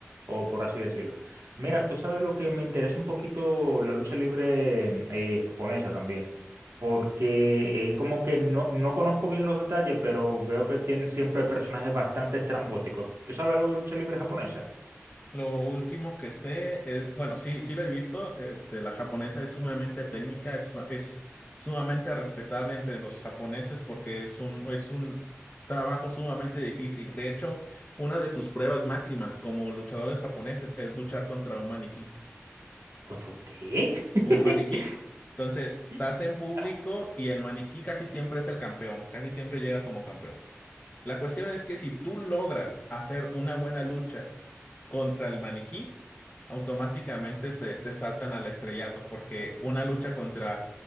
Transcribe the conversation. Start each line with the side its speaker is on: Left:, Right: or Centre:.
Right: o por así decirlo. Mira, tú sabes lo que me interesa un poquito la lucha libre eh, japonesa también, porque eh, como que no, no conozco bien los detalles, pero veo que tienen siempre personajes bastante estrambóticos. ¿Tú sabes algo de lucha libre japonesa?
Left: Lo último que sé es, bueno, sí, sí la he visto, este, la japonesa es sumamente técnica, es, suma- es sumamente respetable entre los japoneses porque es un, es un trabajo sumamente difícil. De hecho, una de sus pruebas máximas como luchadores japoneses es luchar contra un maniquí,
Right: ¿Contra un qué? <laughs>
Left: un maniquí. Entonces, estás
Right: Y-
Left: en público
Right: ah,
Left: y el maniquí casi siempre es el campeón, casi siempre llega como campeón. La cuestión es que si tú logras hacer una buena lucha contra el maniquí, automáticamente te, te saltan al estrellato, porque una lucha contra